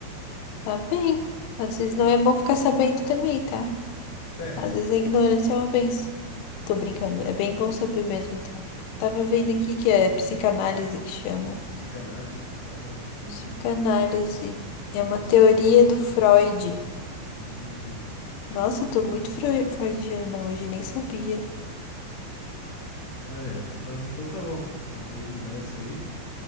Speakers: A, on the left (about 80°); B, on the left (about 45°).
A: Tá bem. Às vezes não é bom ficar sabendo também, tá?
B: É,
A: Às vezes a ignorância é uma benção. Tô brincando. É bem bom saber mesmo, tá? Tava vendo aqui que é psicanálise que chama.
B: psicanálise? Ah, não. Então,
A: Psicanálise é
B: pelo
A: uma
B: menos
A: teoria
B: assim dá pra filtrar.
A: do Freud.
B: Hum.
A: Nossa, eu tô muito freu- freudiana hoje, nem sabia.
B: Ah, é. Mas então tá bom. Eu vou indo nessa aí.